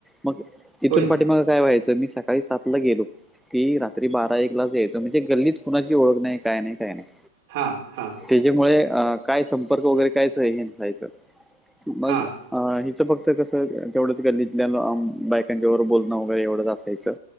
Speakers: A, in the centre; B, on the right.
A: मग तेथून
B: होय.
A: पाठी माग काय व्हायचं? तर मी सकाळी सात ला गेलो की, रात्री बारा एक लाच यायचो. म्हणजे गल्लीत कुणाची ओळख नाही, काय नाही, काय नाही.
B: हा हा.
A: त्याच्यामुळे अ काय संपर्क वगैरे काय च हे नसायचं मग
B: हां,
A: अ हिचं फक्त कसं तेवढंच, गल्लीतल्या बायकांच्या बरोबर बोलणं वगैरे एवढंच असायचं.